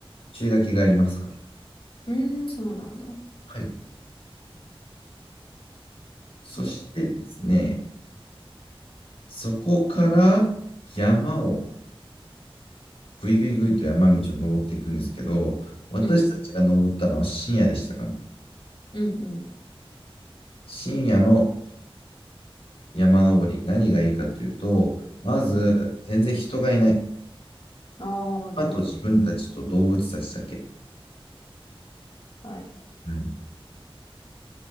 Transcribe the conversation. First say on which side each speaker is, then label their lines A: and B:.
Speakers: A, on the left (about 85°); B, on the left (about 65°).
A: 注意書きがありますから。
B: うーん、そうなんだ。
A: はい。そしてですね、
B: で、
A: そこから山をぐいぐいぐいと山道を登っていくんですけど、私たちが登ったのは深夜でしたから。
B: うん、うん、うん、
A: 深夜の山登り、何がいいかというと、まず全然人がいない。
B: うん。ああ、
A: あと自分たちと動物たちだけ。
B: だろうね。はい。
A: うん。